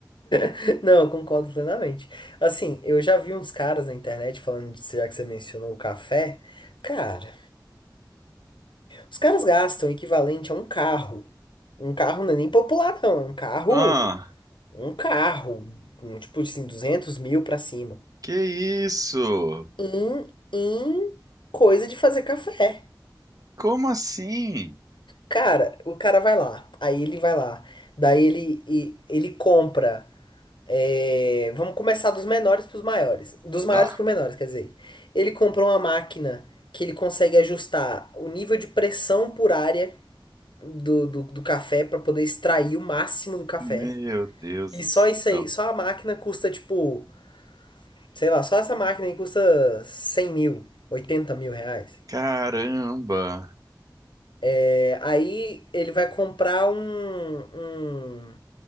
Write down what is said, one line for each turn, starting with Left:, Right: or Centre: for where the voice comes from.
Left: <laughs> Não, eu concordo plenamente. Assim, eu já vi uns caras na internet falando, de- já que você mencionou o café. Cara, os caras gastam o equivalente a um carro. Um carro não é nem popular, não. É um carro.
Right: Ah,
Left: Um carro. um tipo assim, duzentos mil pra cima.
Right: que isso?
Left: Em, em coisa de fazer café.
Right: Como assim?
Left: Cara, o cara vai lá, aí ele vai lá, daí ele, e- ele compra. é, vamos começar dos menores para os maiores, dos maiores
Right: Tá.
Left: para os menores, quer dizer. Ele compra uma máquina que ele consegue ajustar o nível de pressão por área do, do, do café para poder extrair o máximo do café.
Right: Meu Deus
Left: E
Right: do
Left: só
Right: céu.
Left: isso aí, só a máquina custa tipo, sei lá, só essa máquina aí custa cem mil, oitenta mil reais.
Right: Caramba.
Left: É, aí ele vai comprar um, um